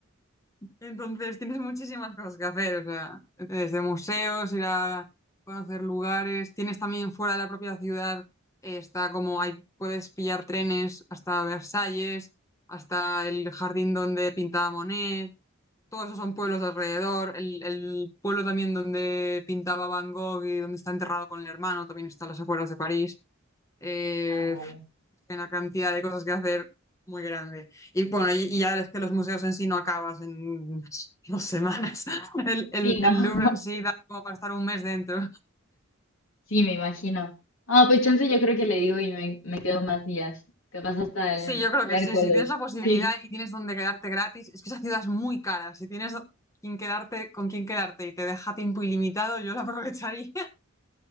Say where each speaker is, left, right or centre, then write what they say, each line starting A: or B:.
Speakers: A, on the left; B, on the left.
A: Entonces tienes muchísimas cosas que hacer, o sea, desde museos, ir a conocer lugares. Tienes también fuera de la propia ciudad, eh, está como hay, puedes pillar trenes hasta Versalles, hasta el jardín donde pintaba Monet Todos esos son pueblos de alrededor. El, el pueblo también donde pintaba Van Gogh y donde está enterrado con el hermano también está a las afueras de París. Eh,
B: Ah, vale.
A: una cantidad de cosas que hacer muy grande. Y bueno, y, y ya es que los museos en sí no acabas en dos semanas. <laughs> El, el,
B: Sí, ¿no?
A: el
B: <laughs>
A: Louvre en sí da como para estar un mes dentro.
B: Sí, me imagino. Ah, pues chance yo creo que le digo y me, me quedo más días, capaz hasta el
A: Sí, yo creo
B: miércoles.
A: que sí. Si tienes la posibilidad
B: Sí.
A: y tienes donde quedarte gratis, es que esa ciudad es muy cara. Si tienes quien quedarte, con quien quedarte y te deja tiempo ilimitado, yo la aprovecharía. <laughs>